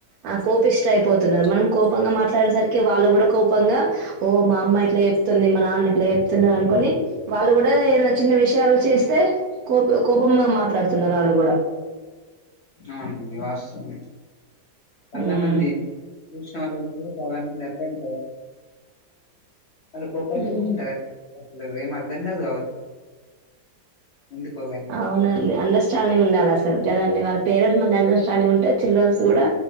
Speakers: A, on the right; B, on the left.
A: ఆ కోపిష్ట అయిపోతున్నారు మనం కోపంగా మాట్లాడేసరికి వాళ్ళు కూడా కోపంగా ఓ మా అమ్మ ఇట్లా చెప్తుంది మా నాన్న ఇట్లా చెప్తున్నారు అనుకొని వాళ్ళు కూడా ఏనా చిన్న విషయాలు చేస్తే కోప కోపం మాట్లాడుతున్నారు వాళ్ళు కూడా
B: అవునండి వాస్తవమే చాలా
A: ఉమ్,
B: మంది చూసిన వాళ్ళలో కూడా చాలా మంది అట్లనే కోప్పడుతున్నారు
A: ఉమ్,
B: <unintelligible> నువ్వు ఏం అర్ధం కాదు కావచ్చు ఎందుకోగాని
A: అవునండి అండర్స్టాంగ్ ఉండాలి అసలు కదండి వాళ్ళ పేరెంట్స్ మ అండర్స్టాంగ్ ఉంటే చిల్డ్రన్స్ కూడా